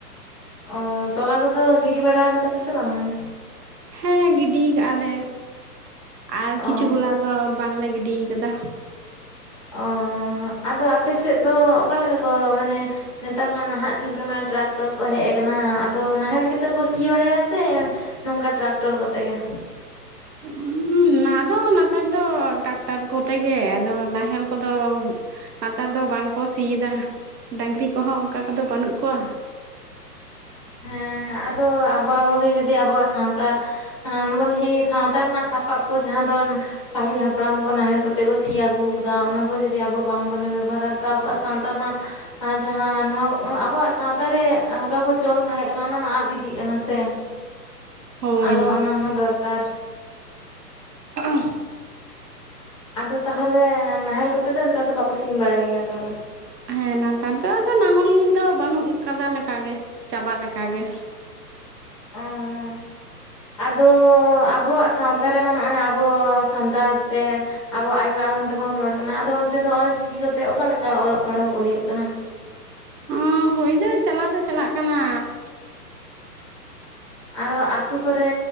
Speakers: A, on the left (about 20°); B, on the right (about 80°).
A: ᱚ ᱛᱚᱞᱟ ᱠᱚᱫᱚ ᱜᱤᱰᱤ ᱵᱟᱲᱟ ᱠᱟᱫᱟ ᱯᱮ ᱥᱮ ᱵᱟᱝᱼᱟ?
B: ᱦᱮᱸ ᱜᱤᱰᱤ ᱠᱟᱜᱼᱟ ᱞᱮ ᱟᱨ
A: ᱚ
B: ᱠᱤᱪᱷᱩ ᱜᱩᱞᱟ ᱫᱚ ᱵᱟᱝᱞᱮ ᱜᱤᱰᱤ ᱠᱟᱜᱫᱼᱟ
A: ᱚ ᱟᱫᱚ ᱟᱯᱮ ᱥᱮᱫ ᱫᱚ ᱚᱠᱟᱞᱮᱠᱟ ᱠᱚ ᱦᱚᱨᱚᱜ ᱢᱟᱱᱮ? ᱱᱮᱛᱟᱨ ᱢᱟ ᱱᱟᱦᱟᱜ ᱡᱩᱜᱽ ᱨᱮᱢᱟ ᱴᱨᱟᱠᱴᱚᱨ ᱠᱚ ᱦᱮᱡ ᱠᱟᱱᱟ ᱟᱫᱚ ᱱᱟᱦᱮᱞ ᱜᱮ ᱛᱚ ᱠᱚ ᱥᱤ ᱵᱟᱲᱟᱭᱟ ᱥᱮ ᱱᱚᱝᱠᱟ ᱴᱨᱟᱠᱴᱚᱨ ᱠᱚᱛᱮ ᱜᱮ
B: ᱦᱩᱸᱻ ᱱᱚᱣᱟ ᱫᱚ ᱱᱮᱛᱟᱨ ᱫᱚ ᱴᱟᱠᱴᱟᱨ ᱠᱚᱛᱮᱜᱮ ᱟᱫᱚ ᱱᱟᱦᱮᱞ ᱠᱚᱼᱫᱚ ᱱᱮᱛᱟᱨ ᱫᱚ ᱵᱟᱝᱠᱚ ᱥᱤᱭᱮᱫᱟ ᱰᱟᱝᱨᱤ ᱠᱚᱦᱚᱸ ᱚᱱᱠᱟ ᱠᱚᱫᱚ ᱵᱟᱹᱱᱩᱜ ᱠᱚᱣᱟ
A: ᱦᱮᱸ ᱟᱫᱚ ᱟᱵᱚ ᱟᱵᱚᱜᱮ ᱡᱩᱫᱤ ᱟᱵᱚᱣᱟᱜ ᱥᱟᱶᱛᱟ ᱟᱨᱵᱚᱱ ᱦᱮᱸ ᱥᱟᱶᱛᱟ ᱨᱮᱱᱟᱜ ᱥᱟᱯᱟᱵ ᱠᱚ ᱡᱟᱦᱟᱸ ᱫᱚ ᱯᱟᱹᱦᱤᱞ ᱦᱟᱯᱲᱟᱢ ᱠᱚ ᱱᱟᱦᱮᱞ ᱠᱟᱛᱮ ᱠᱚ ᱥᱤ ᱟᱹᱜᱩᱣ ᱟᱠᱟᱫᱟ ᱚᱱᱟ ᱠᱚ ᱡᱩᱫᱤ ᱟᱵᱚ ᱵᱟᱝ ᱵᱚᱱ ᱵᱮᱵᱚᱦᱟᱨᱟ ᱛᱚ ᱟᱵᱚᱣᱟᱜ ᱥᱟᱶᱛᱟ ᱢᱟ ᱟᱸ ᱡᱟᱦᱟᱸ ᱱᱚᱶᱟ ᱟᱵᱚᱣᱟᱜ ᱥᱟᱶᱛᱟ ᱨᱮ ᱚᱠᱟ ᱠᱚ ᱪᱳᱞ ᱛᱟᱦᱮᱸ ᱠᱟᱱᱟ ᱚᱱᱟ ᱢᱟ ᱟᱫ ᱤᱫᱤᱜ ᱠᱟᱱᱟ ᱥᱮ
B: ᱦᱳᱭ
A: ᱟᱫᱚ ᱚᱱᱟ ᱦᱚᱸ ᱫᱚᱨᱠᱟᱨ
B: ᱚ <unintelligible>
A: ᱟᱫᱚ ᱛᱟᱦᱚᱞᱮ ᱱᱟᱦᱮᱞ ᱠᱚᱛᱮ ᱫᱚ ᱱᱮᱛᱟᱨ ᱫᱚ ᱵᱟᱠᱚ ᱥᱤ ᱵᱟᱲᱟᱭ ᱜᱮᱭᱟ ᱛᱟᱦᱚᱞᱮ
B: ᱦᱮᱸ ᱱᱮᱛᱟᱨ ᱫᱚ ᱟᱫᱚ ᱱᱟᱦᱚᱞ ᱫᱚ ᱵᱟᱹᱱᱩᱜ ᱟᱠᱟᱫᱟ ᱞᱮᱠᱟ ᱜᱮ ᱪᱟᱵᱟ ᱞᱮᱠᱟ ᱜᱮ
A: ᱟᱺᱻ ᱟᱫᱚ ᱟᱵᱚᱣᱟᱜ ᱥᱟᱶᱛᱟ ᱨᱮᱢᱟ ᱱᱚᱜᱼᱚᱭ ᱟᱵᱚ ᱥᱟᱱᱛᱟᱲ ᱛᱮ ᱟᱵᱚᱣᱟᱜ ᱟᱭᱳ ᱟᱲᱟᱝ ᱫᱚ ᱵᱟᱝ ᱨᱚᱲ ᱠᱟᱱᱟ ᱟᱫᱚ ᱚᱱᱛᱮ ᱫᱚ ᱚᱞ ᱪᱤᱠᱤᱛᱮ ᱚᱠᱟᱞᱮᱠᱟ ᱚᱞᱚᱜ ᱯᱟᱲᱦᱟᱣ ᱠᱚ ᱦᱩᱭᱩᱜ ᱠᱟᱱᱟ
B: ᱚ ᱦᱩᱭ ᱫᱚ ᱪᱟᱞᱟᱣ ᱫᱚ ᱪᱟᱞᱟᱜ ᱠᱟᱱᱟ
A: ᱟᱫᱚ ᱟᱛᱳ ᱠᱚᱨᱮ